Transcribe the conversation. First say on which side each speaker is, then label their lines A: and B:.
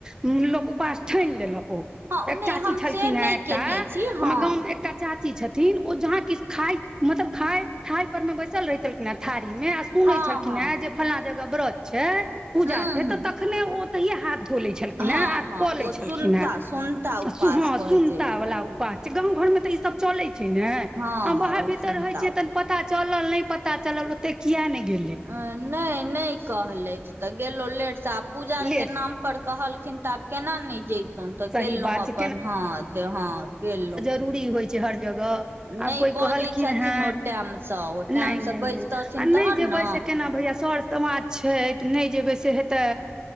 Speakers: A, on the right (about 15°); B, on the right (about 60°).
A: लोक उपास ठानि लेलक ओ
B: हँ
A: एक
B: नहि
A: चाची
B: हम
A: छलखिन
B: से
A: हे
B: नहि
A: एकटा
B: केने छी हँ
A: हमर गाँवम में एकटा चाची छथिन्ह ओ जहाँ किछ खाय मतलब खााय खााय पर में बैसल रहै छलखिन हें थारी में सुनै
B: हँ
A: छलखिन
B: हँ
A: हें जे फल्लां जगह व्रत छैय पूजा
B: हूँ
A: छैय।
B: हूँ
A: तऽ तखने ओ ओतहिये हाथ धो लै छलखिन
B: हँ
A: हें आ
B: हँ
A: कऽ लै
B: ओ सुनता
A: छलखिन हे
B: सुनता उपास
A: जो हँ सुनता
B: कहै छै
A: वला उपास छै। गाँव घोर में तऽ ई सभ चले छैय। ने
B: हँ
A: आ बाहर
B: हँ ओ
A: भीतर
B: सुनता
A: रहे छियै
B: उपास
A: त पता चलल नहि पता चलल ओते किया ने गेल
B: अ नहि नहि कहलथि तऽ गेलहु लेट स आ पूजा आर
A: ले
B: केँ नाम पर कहलखिन तऽ आब केना नहि जैतउ तऽ
A: सही बात
B: अप्पन
A: छै
B: हा दे हँ गेलहुँ
A: दूरी होय छै। हर जगह आब
B: नहि
A: कोय
B: बजै
A: कहलखिन
B: छथिन
A: हा
B: ओ टाइमसँ ओ
A: नहि
B: टाइमसँ
A: नहि नहि
B: बाजि तथिन
A: आ नहि
B: तहन
A: जेबै
B: ने
A: से केना भैया सभ समाज छैय। तऽ नहि जेबै से हेतै